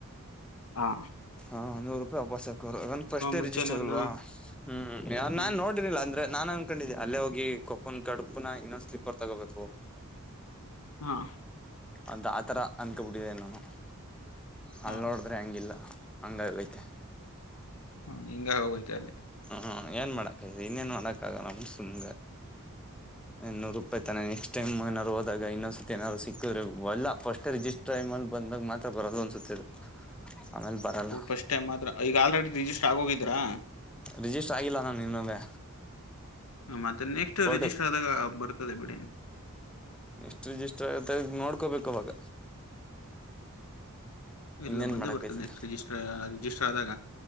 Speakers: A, on the left; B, in the centre.
A: ಹಾ
B: ಹಾ ನೂರು ರೂಪಾಯಿ ವಾಪಸ್ ಹಾಕೋರುನ್ ಫಸ್ಟೇ
A: ಮುಂಚೆನೆ
B: ಜಿಸ್ಟರ್ ಆಗಲ್ವಾ
A: ಅದ್ನ
B: ಹೂ
A: ಹ್ಮ್
B: ನಾನ್ೋಡಿರ್ಿಲ್ಲ ಅಂದ್ರೆ ನಾನ್ ಅನ್ಕೊಂಡಿದ್ದೆ ಅಲ್ಲೇ ಹೋಗಿ ಕೊಪ್ಪನ್ ಕಡುಪನ ಇನ್ನೊಂದು ಸ್ೀಪರ್ ತಗೋಬೇಕು
A: ಹಾ
B: ಅದ ಆತರ ಅನ್ಕಬಿಟ್ಟಿದೆೆ ನಾನು
A: ಹಾ
B: ಅಲ್ಲಿ ನೋಡಿದ್ರೆ ಹಂಗಿಲ್ಲ ಹಂಗೈತೆ
A: ಹೂ ಹಿಂಗ ಹೋಗೋಯತೆ ಅಲ್ಲಿ
B: ಹೂ ಏನ್ ಮಾಡಕ್ ಇದರಿ ಇನ್ನೇನ್ ಮಾಡಕ್ ಆಗ ನಮ ಸುಮ್ ಇನ್ನುನೂರು ರೂಪಾಯಿ ತಾನೆ ಟೈ್ಏನ್ರುೋದಾಗ ಇೊಂದ್ಸತಿ ಏನಾರ ಸಿಕ್ಕಿದ್ರೆ ಒಲ್ಲ ಫಸ್ಟ್ ರಿಜಿಸ್ಟ ೈಮ ಅಲ್ಲಿ ಬಂದಾಗ ಮಾತ್ರ ಬರಲ್ಲ ಒನ್ಸತದು ಆಮೇಲೆ ಬರಲ್ಲ
A: ಫಟ್ ಟೈಮ್ ಮಾತ್ರ ಈಗ ಆಲ್ರೆಡಿ ರಿಜಿಸ್ಟರ್ ಆಗ ಹೋಗಿದ್ರಾ
B: ರಿಜಿಸ್ಟರ್ ಆಗಿಲ್ಲಲ್ಲ ನಾನ ನಿನ್ನವೆ
A: ಹ ಮತ್ತೆ ನೆಕ್ಸ್ಟ್
B: ಬೋರ್ಡ್
A: ರಿಜಿಸ್ಟರ್ ಆದಾಗ ಬರ್ತದೆ ಬಿಡಿ
B: ಎಷ್ಟು ಜ ಇಷ್ಟು ಆಗತ್ತೆ ನೋಡ್ಕೋಬೇಕು ಅವಾಗ
A: ಇಲ್ಲ
B: ಇನ್ನೇನು
A: ಬಂದೇ
B: ಮಾಡೋಕ್ಕೈತದೆ
A: ಬರ್ತದೆ ನೆಕ್ಸ್ಟ್ ರಿಜಿಸ್ಟರ್ ರಿಜಿಸ್ಟರ್ ಆದಾಗ